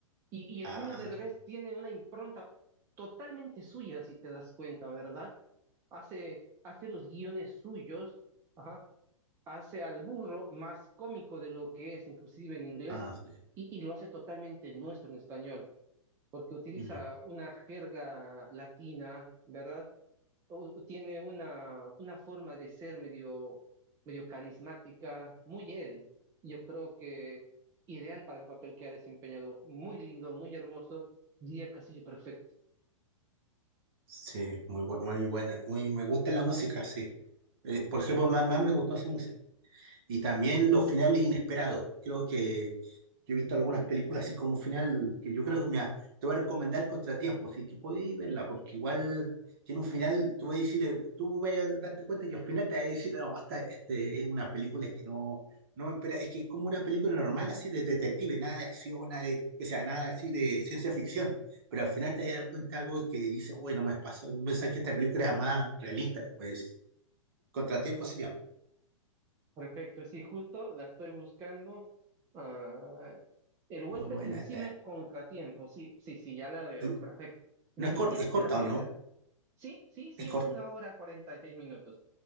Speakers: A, on the right; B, on the right.
A: Y, y Eugenio
B: Ah,
A: Derbez tiene una impronta totalmente suya, si te das cuenta, ¿verdad? Hace, hace los guiones suyos, ajá, hace al burro más cómico de lo que es, inclusive en inglés,
B: ah, sí.
A: y, y lo hace totalmente nuestro en español, porque utiliza
B: Mm.
A: una jerga latina, ¿verdad? o- tiene una, una forma de ser medio, medio carismática, muy él. Yo creo que ideal para el papel que ha desempeñado. Muy lindo, muy hermoso, diría Castillo perfecto.
B: Sí, muy buena, muy buena. Muy, me gusta la música, sí. Eh, por ejemplo, más, más me gustó su música. Y también los finales inesperados. Creo que yo he visto algunas películas así con un final que yo creo que, mira, te voy a recomendar Contratiempo, así que podéis verla, porque igual tiene un final, tú vas a decir, eh, tú vas a darte cuenta que al final te vas a decir, no, esta este, es una película que no, no me espera, es que es como una película normal así de detective, nada de acción, nada de, que sea nada así de ciencia ficción, pero al final te vas a dar cuenta de algo que dice, uy, no me pasó, pensaba que esta película era más realista, como decir. Contratiempo se llama.
A: Perfecto, sí, justo la estoy buscando. Ah, el huésped
B: Muy buena
A: invisible
B: esta.
A: contratiempo, sí, sí, sí, ya la veo,
B: ¿eh?
A: perfecto. Definitivamente
B: No es corta, es corta
A: la voy
B: o no,
A: a ver. Sí, sí, sí,
B: es corta.
A: es una hora cuarenta y seis minutos.